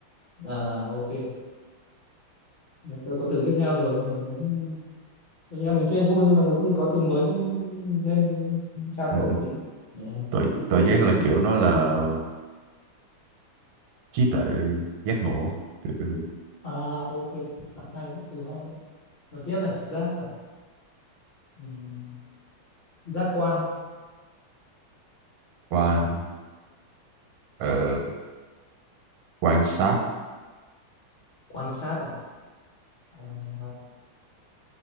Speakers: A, on the left; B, on the right.
A: à, ok tôi có từ tiếp theo rồi nhưng mà đến Thực ra mình chơi vui nhưng mà nhiều khi có từ mới cũng, cũng nên trao đổi
B: ừ.
A: tí để
B: tội
A: không biết
B: tội
A: thêm
B: giác là
A: nghĩa
B: kiểu
A: càng
B: nó
A: tốt
B: là trí tuệ giác ngộ kiểu, kiểu
A: à ok càng hay quá, từ hai đấy rồi tiếp này giác à Ừm, giác quan
B: quan ờ, quan sát
A: quan sát à, à